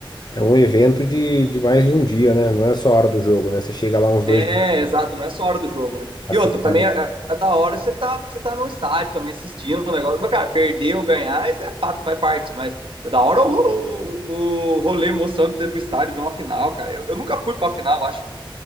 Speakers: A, on the left; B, on the right.
A: É um evento de, de mais de um dia, né? Não é só a hora do jogo, né? Você chega lá uns dois
B: É,
A: dias
B: exato, não é só a hora do jogo, né?
A: A
B: E outra,
A: cidade,
B: também é, é da hora você tá, você tá num estádio também assistindo o negócio. Mas, cara, perder ou ganhar, isso é fato, faz parte. Mas é da hora o, o, o rolê emocionante de ter pro estádio, ver uma final, cara. Eu, eu nunca fui pra final, acho.